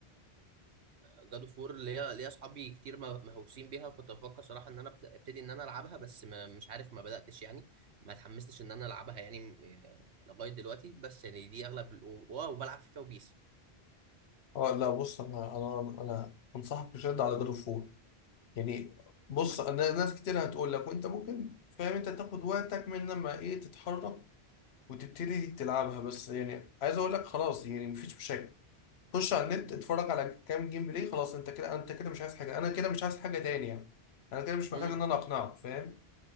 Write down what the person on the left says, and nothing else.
اه لا بص انا انا انا انصحك بشده على جاد اوف يعني بص انا ناس كتير هتقول لك وانت ممكن فاهم انت تاخد وقتك من لما ايه تتحرك وتبتدي تلعبها بس يعني عايز اقول لك خلاص يعني مفيش مشاكل خش على النت اتفرج على كام جيم بلاي خلاص انت كده انت كده مش عايز حاجه انا كده مش عايز حاجه تاني يعني انا كده مش محتاج
ان انا اقنعك فاهم